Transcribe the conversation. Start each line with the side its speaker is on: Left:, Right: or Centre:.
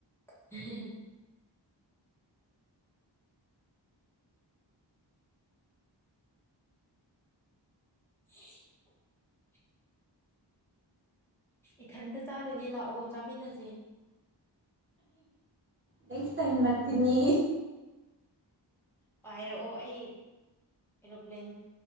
Centre: <inaudible> <inaudible> ꯏꯊꯟꯇ ꯆꯥꯗꯣꯏꯅꯦ ꯂꯥꯛꯑꯣ ꯆꯥꯃꯤꯟꯅꯁꯦ
Right: ꯅꯦꯛꯁ ꯇꯥꯏꯝ ꯂꯥꯛꯇꯅꯤ
Centre: ꯄꯥꯏꯔꯛꯑꯣ ꯑꯩ ꯑꯦꯔꯣꯄ꯭ꯂꯦꯟ